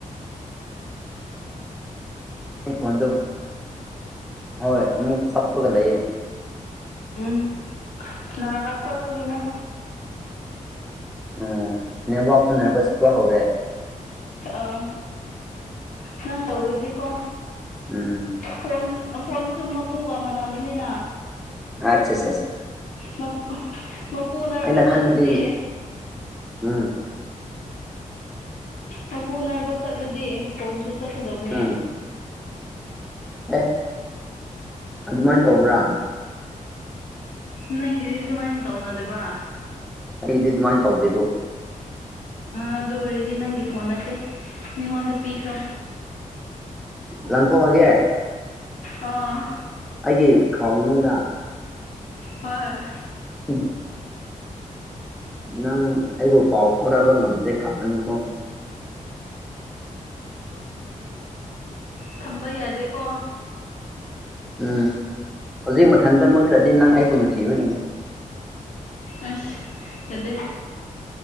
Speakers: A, in the centre; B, on the left.
A: ꯅꯪꯒꯤ ꯈꯣꯟꯗꯣ ꯍꯣꯏ ꯑꯃꯨꯛ ꯆꯞꯄꯒ ꯂꯩꯌꯦ꯫
B: ꯎꯝ ꯅꯔꯚꯁ ꯆꯠꯄꯒꯤꯅꯦ꯫
A: ꯎꯝ ꯅꯦꯋꯥꯔꯛꯁꯨ ꯅꯔꯕꯁ ꯆꯠꯄ ꯍꯧꯔꯦ꯫
B: ꯑ ꯅꯪ ꯂꯧꯔꯗꯤꯀꯣ꯫
A: ꯎꯝ
B: ꯐꯣꯟ ꯐꯣꯟꯁꯨ ꯃꯄꯨꯒ ꯃꯥꯟꯅꯕꯅꯤꯅ
A: ꯑꯆꯥꯆꯥꯆꯥ
B: ꯃꯄꯨ ꯃꯄꯨ ꯅ꯭ꯔꯚ꯭ꯁ
A: ꯑꯩꯅ
B: ꯆꯠꯂꯗꯤ
A: ꯈꯟꯕꯗꯤ ꯎꯝ
B: ꯃꯄꯨ ꯅꯔꯕꯁ ꯆꯠꯂꯗꯤ ꯐꯣꯟꯁꯨ ꯆꯠꯀꯗꯕꯅꯦ
A: ꯎꯝ ꯑꯦ ꯑꯗꯨꯃꯥꯏꯅ ꯇꯧꯕ꯭ꯔꯥ
B: ꯅꯪꯒꯤꯗꯤ ꯁꯨꯃꯥꯏꯅ ꯇꯧꯅꯗꯕ꯭ꯔꯥ
A: ꯑꯩꯗꯤ ꯑꯗꯨꯃꯥꯏꯅ ꯇꯧꯗꯦꯕꯨ
B: ꯑꯗꯨ ꯑꯣꯏꯔꯗꯤ ꯅꯪꯒꯤ ꯐꯣꯟ ꯅꯠꯇꯦ ꯃꯤꯉꯣꯟꯗ ꯄꯤꯈ꯭ꯔꯣ
A: ꯂꯪꯊ‌ꯣꯛꯑꯒꯦ
B: ꯑ‌ꯣ
A: ꯑꯩꯒꯤ ꯈꯥꯎ ꯃꯅꯨꯡꯗ
B: ꯍꯣꯏ
A: ꯎꯝ ꯅꯪ ꯑꯩꯕꯨ ꯄꯥꯎ ꯐꯥꯎꯅꯕ ꯉꯝꯗꯦ ꯀꯞꯀꯅꯤꯀꯣ
B: ꯊꯝꯕ ꯌꯥꯗꯦꯀꯣ
A: ꯎꯝ ꯍꯧꯖꯤꯛ ꯃꯊꯟꯇ ꯃꯨꯠꯈ꯭ꯔꯗꯤ ꯅꯪ ꯑꯩꯕꯨ ꯅꯨꯡꯁꯤꯕꯒꯤꯅꯤ
B: ꯑꯁ ꯌꯥꯗ‌ꯦ